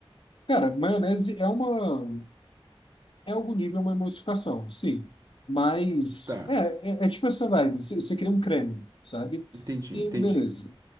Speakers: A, on the left; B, on the right.
A: Cara, maionese é uma. É algum nível uma emulsificação, sim. Mas
B: Tá,
A: é, é, é tipo essa vibe. Você você cria um creme, sabe?
B: entendi,
A: E
B: entendi.
A: beleza.